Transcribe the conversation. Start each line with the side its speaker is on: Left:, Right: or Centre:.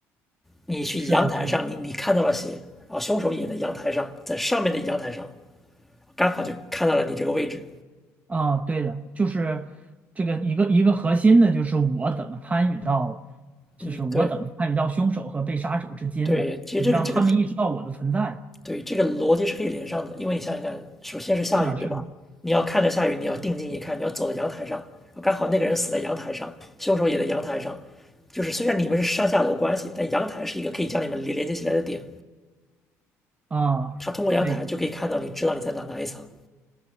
Centre: 你去阳台上，
Right: 是的，是的，
Centre: 你你看到了血，然后凶手也在阳台上，在上面的阳台上，刚好就看到了你这个位置。
Right: 啊，对的，就是这个一个一个核心的，就是我怎么参与到，就是我怎么参与到凶手和被杀者之间的，
Centre: 嗯，对对，其实这个这个
Right: 让他们意识到我的存在。
Centre: 对这个逻辑是可以连上的，因为你想想看，首先是下雨，
Right: 是的，
Centre: 对吧？
Right: 是的，
Centre: 你要看着下雨，你要定睛一看，你要走到阳台上，哦刚好那个人死在阳台上，凶手也在阳台上，就是虽然你们是上下楼关系，但阳台是一个可以将你们连连接起来的点，
Right: 啊，
Centre: 他通过阳台就可以看到你，
Right: 对，
Centre: 知道你在哪哪一层。